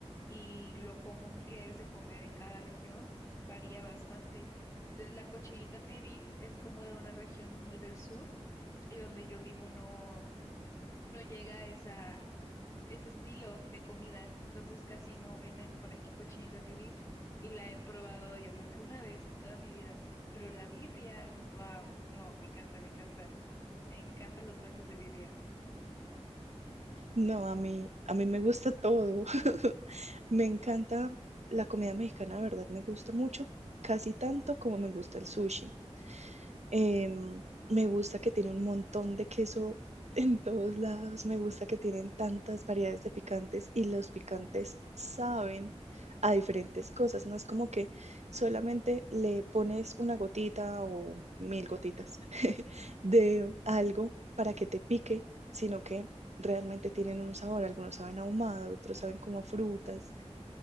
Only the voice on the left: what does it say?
y lo común que es de comer en cada región, varía bastante. Entonces, la cochinita pibil es como de una región muy del sur y donde yo vivo no, no llega esa, ese estilo de comida, entonces casi no venden por aquí cochinita pibil y la he probado yo creo que una vez en toda mi vida, pero la birria, wow, no, me encanta, me encanta, me encantan los tacos de birria.